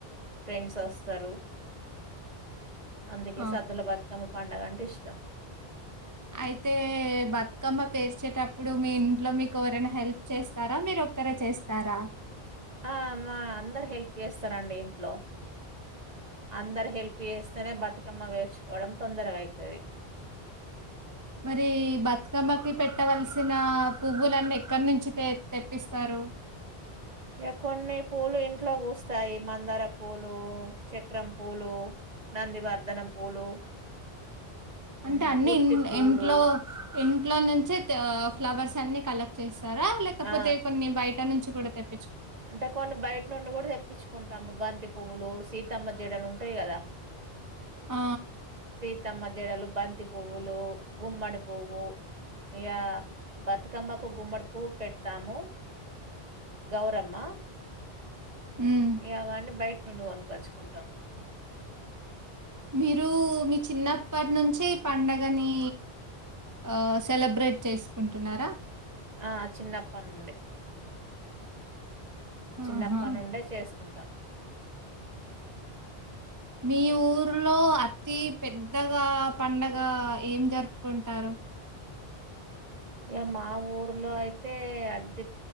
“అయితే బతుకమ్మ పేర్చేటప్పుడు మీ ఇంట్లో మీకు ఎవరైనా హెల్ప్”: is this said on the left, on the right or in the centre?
Right